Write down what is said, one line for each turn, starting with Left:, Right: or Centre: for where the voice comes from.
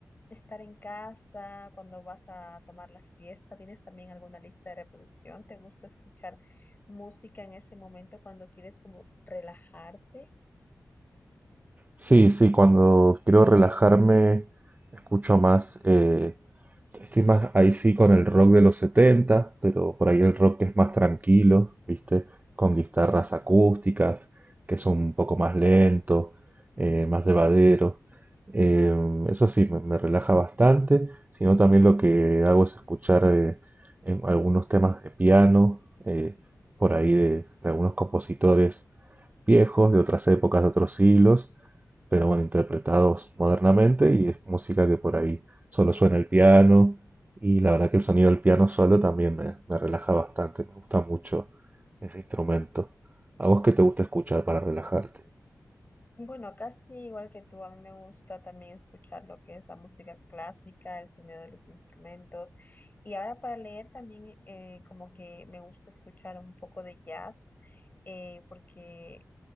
Left: estar en casa, cuando vas a tomar la siesta, ¿tienes también alguna lista de reproducción? ¿Te gusta escuchar? música en ese momento cuando quieres como relajarte.
Right: Sí, sí, cuando quiero relajarme escucho más eh, Estoy más ahí sí con el rock de los 70 pero por ahí el rock que es más tranquilo, ¿viste? Con guitarras acústicas, que son un poco más lento, eh, más llevadero. Eh, eso sí, me, me relaja bastante, sino también lo que hago es escuchar eh, en algunos temas de piano, eh, por ahí de, de algunos compositores viejos, de otras épocas, de otros siglos, pero bueno, interpretados modernamente y es música que por ahí solo suena el piano y la verdad que el sonido del piano solo también me, me relaja bastante, me gusta mucho ese instrumento. ¿A vos qué te gusta escuchar para relajarte?
Left: Bueno, casi igual que tú, a mí me gusta también escuchar lo que es la música clásica, el sonido de los instrumentos. Y ahora para leer también eh, como que me gusta escuchar un poco de jazz, eh, porque